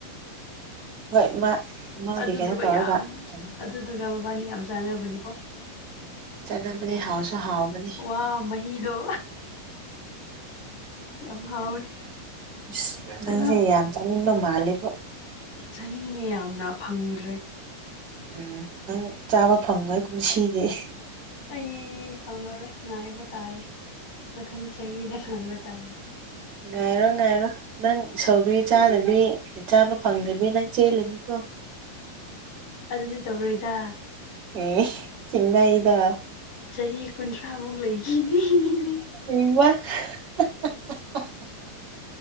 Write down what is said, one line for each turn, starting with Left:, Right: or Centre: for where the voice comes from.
Right: ꯍꯣꯏ ꯃꯥ ꯃꯥꯒꯤ
Left: ꯑꯗꯨꯗꯨꯒ
Right: ꯀꯩꯅꯣ ꯇꯧꯔꯒ
Left: ꯌꯥꯝ
Right: ꯐꯥꯅꯤ
Left: ꯑꯗꯨꯗꯨꯒ ꯃꯕꯥꯅꯤ ꯌꯥꯝ ꯆꯥꯟꯅꯕꯅꯤꯀꯣ
Right: ꯆꯥꯟꯅꯕꯅꯦ ꯍꯥꯎꯁꯨ ꯍꯥꯎꯕꯅꯦ
Left: ꯋꯥ ꯃꯍꯤꯗꯣ ꯌꯥꯝ ꯍꯥꯎꯋꯤ
Right: ꯎꯁ ꯅꯪꯁꯤ
Left: ꯑꯗꯨꯝ
Right: ꯌꯥꯝ ꯆꯅꯤꯡꯕ ꯃꯥꯜꯂꯦꯕꯣ
Left: ꯆꯅꯤꯡꯉꯦ ꯌꯥꯝꯅ ꯐꯪꯗ꯭ꯔꯦ
Right: ꯎꯝ ꯅꯪ ꯆꯥꯕ ꯐꯪꯉꯣꯢ ꯀꯨꯝꯁꯤꯗꯤ
Left: ꯑꯩ ꯐꯪꯉꯥꯔꯣꯏ ꯉꯥꯏꯕ ꯇꯥꯔꯦ ꯃꯊꯪ ꯆꯍꯤꯗ ꯉꯥꯏꯕ ꯇꯥꯔꯦ
Right: ꯉꯥꯏꯔꯣ ꯉꯥꯏꯔꯣ ꯅꯪ ꯁꯧꯒ꯭ꯔꯤ ꯆꯥꯗꯕꯤ ꯆꯥꯕ ꯐꯪꯗꯕꯤ ꯅꯪ ꯆꯦꯜꯂꯤꯅꯤꯀꯣ
Left: ꯑꯗꯨꯗꯤ ꯇꯧꯔꯣꯏꯗ
Right: ꯏ ꯆꯤꯡꯅꯩꯗ
Left: ꯆꯍꯤ ꯀꯨꯟꯊ꯭ꯔꯥꯃꯨꯛ ꯂꯩꯒꯤꯅꯤ <unintelligible>
Right: <unintelligible>